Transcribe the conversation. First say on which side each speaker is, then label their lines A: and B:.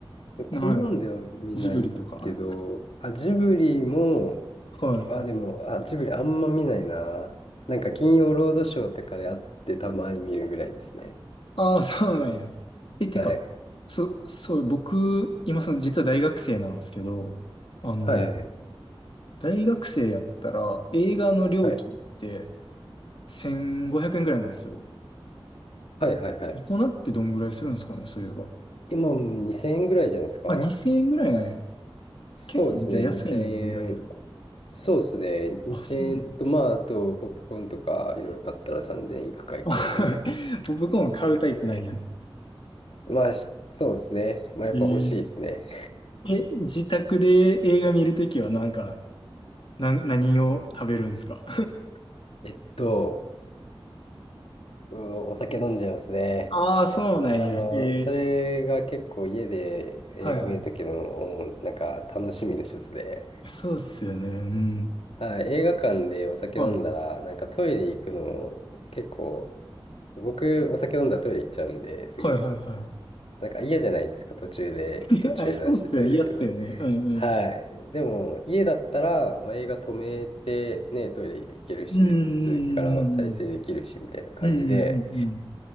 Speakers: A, on the left (about 65°); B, on the left (about 90°).
A: ない。
B: 好んでは見ないけど、
A: ジブリとか。
B: あ、ジブリも、
A: はい。
B: あ、でも、あ、ジブリあんま見ないな。なんか金曜ロードショーとかであってたまに見るぐらいですね。
A: ああ、そうなんや。え、てか、
B: はい。
A: そ、そう、僕、今その、実は大学生なんですけど、あの、
B: はいはい
A: 大学生やったら、映画の料金って
B: はい。
A: 1500円ぐらいなんですよ。
B: はいはいはいはい。
A: 大人ってどんぐらいするんですかね、そういえば。
B: 今、2000円ぐらいじゃないですか
A: あ、2000円ぐらいなんや。
B: そうですね、
A: 結構、じゃあ安いんや、
B: 2000円。
A: 意外と。
B: そうですね、2000円と、
A: あ、そうなんや。
B: まあ、あと、ポップコーンとか、いろいろ買ったら3000円いくかいかないかぐらいか。
A: あ <laughs> 僕も買うタイプなんや。
B: まあ、しそうですね。まあ、やっぱ欲しいですね。
A: えええ、自宅で映画見るときはなんか、な、何を食べるんですか
B: <laughs> えっと、うんお酒飲んじゃいますね。
A: <laughs> ああ、そうなんや。
B: やっぱあの、
A: ええ
B: それが結構家で映画見るときの、
A: はいはい。
B: おなんか、楽しみの一つで。
A: そうっすよね。うん。
B: はい、映画館でお酒飲んだら、
A: はい。
B: なんかトイレ行くの結構僕、お酒飲んだらトイレ行っちゃうんで、すぐ。
A: はいはいは
B: なんか嫌じゃないですか、途中で、
A: い。<laughs>
B: 途中断してトイレ行くの。
A: え、あれ、そうっすよね。嫌っすよね。うんうん。
B: はい。でも、家だったら、まあ、映画止めて、ね、トイレ行けるし、
A: うん
B: 続きから再生できるし、みたいな感じで、
A: うんうんうん。うんうんうんうん。